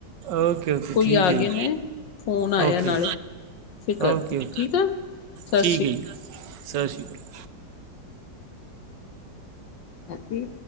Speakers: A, on the right; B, on the left.
A: ਓਕੇ ਓਕੇ
B: ਕੋਈ
A: ਠੀਕ
B: ਆ
A: ਹੈ
B: ਗਏ
A: ਜੀ
B: ਨੇ ਫੋਨ ਆਇਆ
A: ਓਕੇ
B: ਨਾਲੇ
A: ਓਕੇ
B: ਫਿਰ ਕਰਦੀ
A: ਓਕੇ
B: ਠੀਕ ਆ ਸਤਿ
A: ਠੀਕ ਹੈ ਜੀ ਸਤਿ ਸ਼੍ਰੀ ਅਕਾਲ
B: ਹੈਪੀ